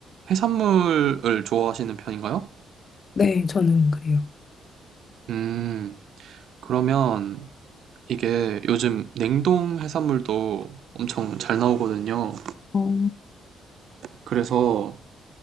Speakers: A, on the right; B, on the left.
A: 해산물을 좋아하시는 편인가요?
B: 네, 저는 그래요.
A: 음, 그러면 이게 요즘 냉동 해산물도 엄청 잘 나오거든요.
B: 어,
A: 그래서,